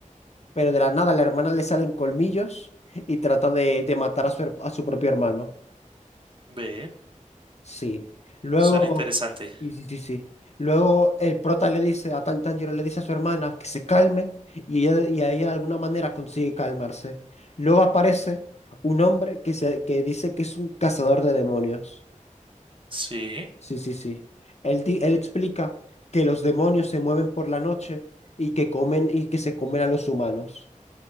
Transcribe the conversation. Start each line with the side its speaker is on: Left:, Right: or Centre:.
Left: Pero de la nada a la hermana le salen colmillos y trata de, de matar a su, her- a su propio hermano.
Right: Ve,
Left: Sí. Luego,
Right: suena interesante.
Left: sí, sí, sí, sí. Luego el prota le dice, a Tan- Tanjiro le dice a su hermana que se calme y ella, y ella de alguna manera consigue calmarse. Luego aparece un hombre que, se, que dice que es un cazador de demonios.
Right: Sí,
Left: Sí, sí, sí. Él, di- él explica que los demonios se mueven por la noche y que comen y que se comen a los humanos.